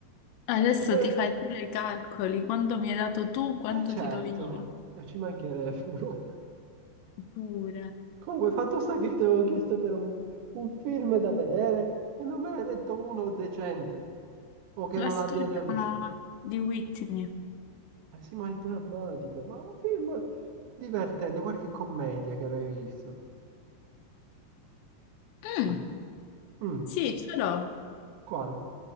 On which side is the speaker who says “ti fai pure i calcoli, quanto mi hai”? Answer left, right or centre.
Left